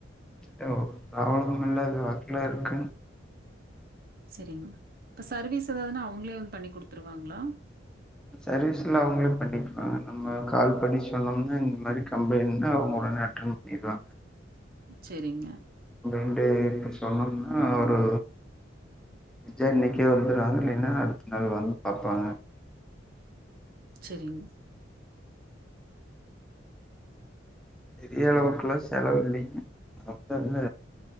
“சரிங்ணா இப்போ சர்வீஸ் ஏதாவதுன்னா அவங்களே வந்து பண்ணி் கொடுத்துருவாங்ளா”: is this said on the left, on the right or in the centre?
Right